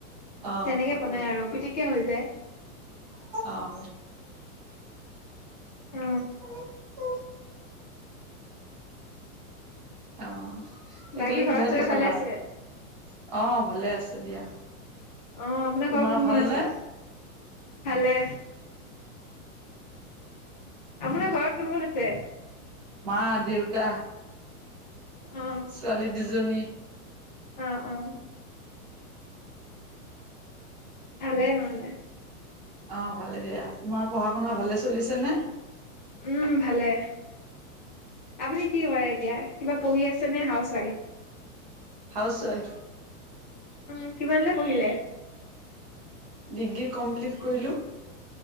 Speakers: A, on the right; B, on the left.
A: অ
B: তেনেকে বনাই আৰু পিটিকে হৈ যায়।
A: অঁ। <unintelligible>
B: অ
A: অ', টেকেলি
B: বাকী
A: পিঠা
B: ঘৰত চবে
A: দি খালা,
B: ভালে আছে
A: আৰু অ', ভালে আছে দিয়া।
B: অ', আপোনাৰ
A: তোমাৰ
B: ঘৰত কোন
A: ভালনে
B: কোন আছে? ভালে। আপোনাৰ ঘৰত কোন কোন আছে?
A: মা দেউতা।
B: অ
A: ছোৱালী দুজনী।
B: অঁ। ভালেই নহলে।
A: অ, ভালে দিয়া তোমাৰ পঢ়া শুনা ভালে চলিছে নে?
B: উম, ভালে আপুনি কি কৰে এতিয়া কিবা পঢ়ি আছে? চনে হাউচৱাইফ?
A: হাউচৱাইফ।
B: অ, কিমানৈ পঢ়িলে?
A: ডিগ্ৰী কমপ্লিট কৰিলোঁ।